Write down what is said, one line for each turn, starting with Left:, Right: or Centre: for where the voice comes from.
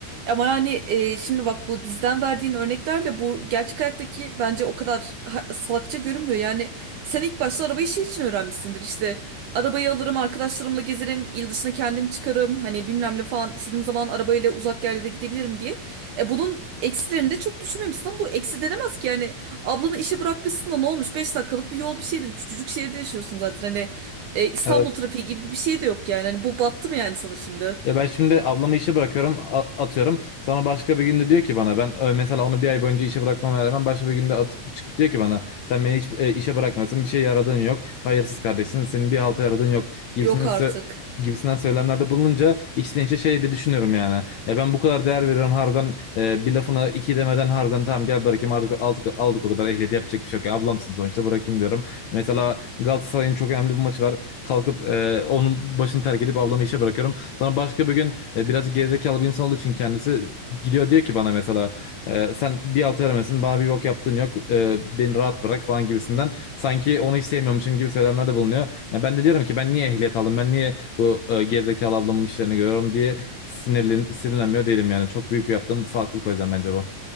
Right: Ama yani e, şimdi bak bu dizden verdiğin örneklerle bu gerçek hayattaki bence o kadar ha- salakça görünmüyor. Yani sen ilk başta araba işi için öğrenmişsindir. İşte arabayı alırım, arkadaşlarımla gezerim, il dışına kendim çıkarım. Hani bilmem ne falan istediğim zaman arabayla uzak yerlere gidebilirim diye. E, bunun eksilerini de çok düşünmemişsin ama bu eksi denemez ki. Yani ablanı işe bırakmışsın da ne olmuş? beş dakikalık bir yol bir şeydir. Küçücük şehirde yaşıyorsun zaten. Hani e, İstanbul
Left: Evet.
Right: trafiği gibi bir şey de yok yani. Hani bu battı mı yani sana şimdi?
Left: Ya ben şimdi ablamı işe bırakıyorum a- atıyorum. Sonra başka bir günde diyor ki bana ben ö, mesela onu bir ay boyunca işe bırakmama rağmen başka bir günde atıp çıkıp diyor ki bana sen beni hiç e, işe bırakmıyorsun bir şey yaradığın yok. Hayırsız kardeşsin senin bir halta yaradığın yok gibisinden
Right: Yok artık.
Left: sö- gibisinden söylemlerde bulununca içten içe şey de düşünüyorum yani. Ya ben bu kadar değer veriyorum harbiden e, bir lafına iki demeden harbiden tamam gel bırakayım artık aldık, aldık o kadar ehliyet yapacak bir şey yok. Ya ablamsın sonuçta bırakayım diyorum. Mesela Galatasaray'ın çok önemli bir maçı var kalkıp e, onun başını terk edip ablamı işe bırakıyorum. Sonra başka bir gün e, biraz gerizekalı bir insan olduğu için kendisi gidiyor diyor ki bana mesela e, sen bir altı veremezsin bana bir bok yaptığın yok e, beni rahat bırak falan gibisinden sanki onu hiç sevmiyormuşum gibi söylemlerde bulunuyor. Ya ben de diyorum ki ben niye ehliyet aldım ben niye bu e, gerizekalı ablamın işlerini görüyorum diye sinirlen, sinirlenmiyor değilim yani çok büyük bir yaptığım salaklık o yüzden bence bu.